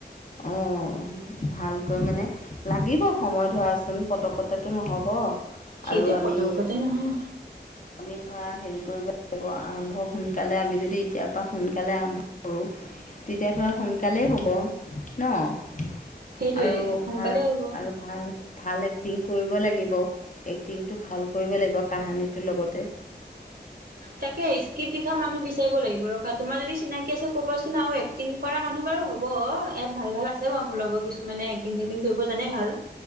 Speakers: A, on the left; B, on the right.
A: উম ভালকৈ মানে, লাগিব সময় ধৰাচোন পতকতে টো নহ'ব।
B: সেইটো
A: আৰু আমি
B: পতকতে নহয়।
A: আমি ধৰা হেৰি কৰিব লাগিব। আৰম্ভ সোনকালে আমি যদি এতিয়াৰ পৰা সোনকালে আৰম্ভ কৰোঁ। তেতিয়া ধৰা সোনকালেই হ'ব ন!
B: সেইটোৱে
A: আৰু
B: সোনকালে
A: ভাল
B: হ'ব
A: আৰু ভাল, ভাল এক্টিং কৰিব লাগিব। এক্টিংটো ভাল কৰিব লাগিব কাহিনীত। তোৰ লগতে
B: তাকে, স্ক্ৰিপ্ট লিখা মানুহ বিচাৰিব লাগিব। ৰখা তোমাৰ যদি চিনাকি আছে ক'বাচোন আৰু এক টিং কৰা মানুহ বাৰু হ'ব। ইয়াত ভাল ভাল আছে বাৰু মোৰ লগত কিছুমানে এক্টিং চেক্টিং কৰিব জানে ভাল।